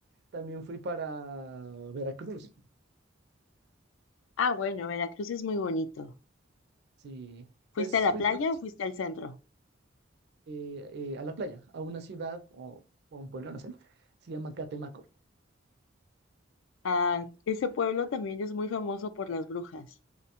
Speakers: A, on the right (about 55°); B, on the left (about 70°).
A: También fui para Veracruz,
B: Ah, bueno, Veracruz es muy bonito.
A: sí, pues
B: ¿Fuiste a la
A: fui
B: playa
A: para, una
B: o
A: ciudad,
B: fuiste al centro?
A: eh, eh, a la playa, a una ciudad o, o a un pueblo, no sé, se llama Catemaco.
B: Ah, ese pueblo también es muy famoso por las brujas.